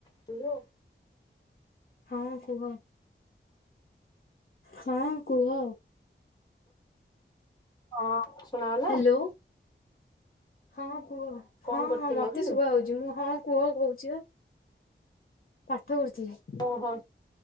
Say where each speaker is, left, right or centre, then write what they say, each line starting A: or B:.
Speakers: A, on the left (about 20°); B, on the left (about 50°).
A: ତୁ ଆଉ।
B: ହଁ କୁହ। ହଁ କୁହ।
A: ହଁ ଶୁଣାଗଲା?
B: ହ୍ୟାଲୋ ହଁ କୁହ
A: କଣ
B: ହଁ
A: କରୁଥିଲ
B: ହଁ ମତେ
A: କି?
B: ଶୁଭ ହଉଛି ମୁଁ ହଁ କୁହ କହୁଛି ବା। ପାଠ ପଢୁଥିଲି
A: ଓହୋ